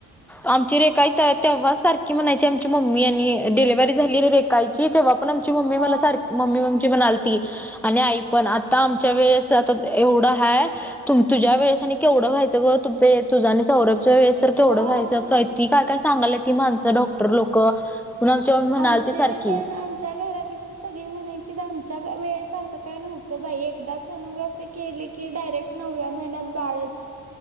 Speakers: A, in the centre; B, on the right (about 35°).
A: आमची रेखाई तेया तेव्हा सारखी म्हणायची आमची मम्मी आणि डिलेव्हरी झाली आहे रेखईची तेव्हा पण मम्मी
B: हा
A: मला सारख मम्मी म्हणालीती आणि आई पण आता आमच्या वेळेस आता एवढं हाय त तुझ्या वेळेस आणि केवढं व्हायचं ग तुपे तुझ्या आणि सौरभच्या वेळेस तेवढं
B: होय
A: व्हायचं काय ती काय काय सांगायला ती माणसं डॉक्टर लोक आमची मम्मी म्हणालती
B: आमचे
A: सारखी.
B: तर आमच्या घरातली तर सगळे म्हणायचे आमच्या वेळेस असं काय नव्हतं बाई एकदा सोनोग्राफी केले की डायरेक्ट नवव्या महिन्यात बाळच,